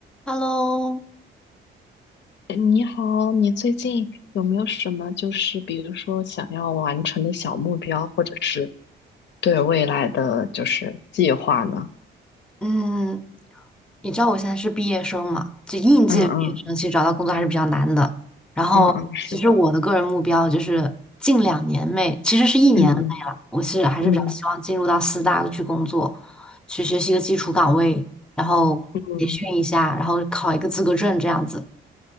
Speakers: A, in the centre; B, on the left.
A: Hello，
B: 你好，你最近有没有什么就是比如说想要完成的小目标，或者是对未来的就是计划呢？
A: 嗯，你知道我现在是毕业生嘛？就应届毕业生，
B: 嗯嗯
A: 其实找到工作还是比较难的。然后，
B: 嗯嗯，是的，
A: 其实我的个人目标就是近两年内，其实是一年内了，
B: 嗯嗯
A: 我是还是比较希望进入到四大去工作，
B: 嗯
A: 去学习一个基础岗位，然后培训一下，
B: 嗯，
A: 然后考一个资格证这样子。